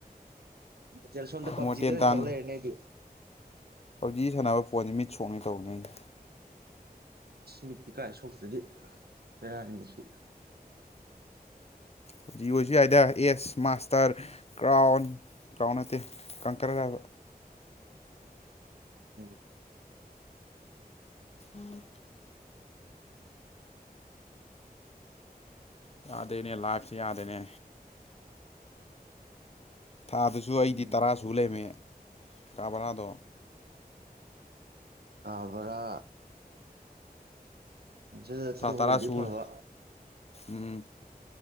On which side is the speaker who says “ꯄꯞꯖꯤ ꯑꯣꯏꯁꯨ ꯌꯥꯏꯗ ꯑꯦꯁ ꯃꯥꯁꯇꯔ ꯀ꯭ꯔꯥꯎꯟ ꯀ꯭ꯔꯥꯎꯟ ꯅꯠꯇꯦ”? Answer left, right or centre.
Left